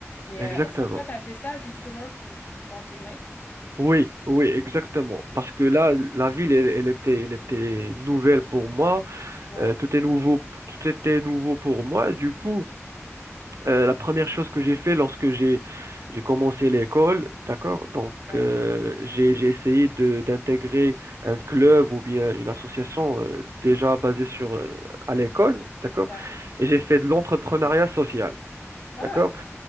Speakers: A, on the left (about 35°); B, on the right (about 70°).
A: Mais
B: Exactement.
A: euh, est-ce que toi, tu as fait ça justement pour, pour t'intégrer?
B: Oui, oui, exactement. Parce que là, la ville, elle, elle était, elle était nouvelle pour moi.
A: Ouais,
B: Euh, tout est nouveau, tout était nouveau pour moi. Du coup, euh, la première chose que j'ai fait lorsque j'ai, j'ai commencé l'école, d'accord? Donc,
A: ouais,
B: euh, j'ai, j'ai essayé de, d'intégrer un club ou bien une association euh, déjà basée sur, euh, à l'école, d'accord?
A: ouais.
B: Et j'ai fait de l'entrepreneuriat social,
A: Ah,
B: d'accord?